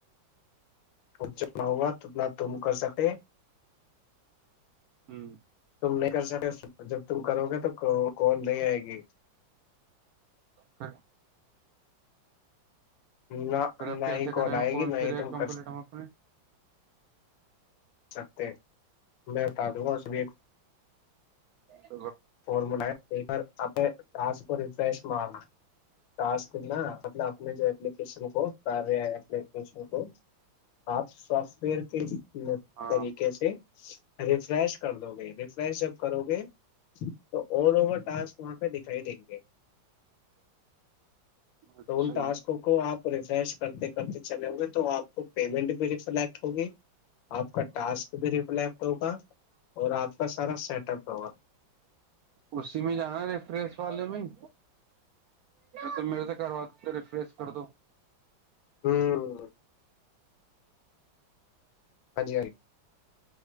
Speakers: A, on the left (about 75°); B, on the right (about 75°).
A: خ جتنا ہوا اتنا تم کر سکے
B: ہوں
A: ت نہیں کر سکے جب تم کرو گے تو کون نہیں آئے گی
B: ہ
A: نہ
B: پھر آپ
A: نہ
B: کیسے
A: ہی
B: کرے
A: آئے
B: ہیں کال
A: گی نہ
B: فھر
A: ہی تم
B: کمپلیٹ
A: کر
B: ہم اپنے
A: سکتے میں بتا د گا اور سب
B: ج
A: فارمولا اپ ٹاس کو ریفریش مارنا ٹاسنا مطلب اپنے جو اپلیکیشن کو کر اپلیکیشن کو آپ سافٹ ویئر کے
B: ہاں
A: طریقے سے ریفریش کر دو گے فریش اپ کرو گے جی تو آل اوور ٹاسک وہاں پہ دکھائی دیں گے
B: اچھا
A: تو ان ٹسک کو آپ ریفریش کرتے کرتے چلے ہوں گے تو آپ کو پیمنٹ بھی ریفلیکٹ ہوگی آپ کا ٹاسک بھی ریفلیکٹ ہوگا اور آپ کا سارا سیٹ اپ ہوگا
B: اسی میں جانا ر پریس والے میں ہی ت میرے سے کروا دو ریفریش کر دو
A: ہاں ہاں جی ہاں جی